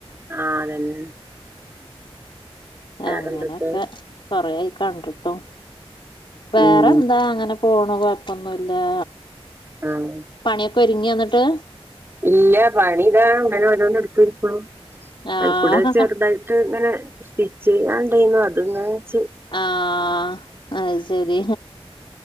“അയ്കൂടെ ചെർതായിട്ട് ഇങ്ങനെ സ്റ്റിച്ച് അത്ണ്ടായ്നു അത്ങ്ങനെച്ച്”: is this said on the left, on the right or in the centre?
Right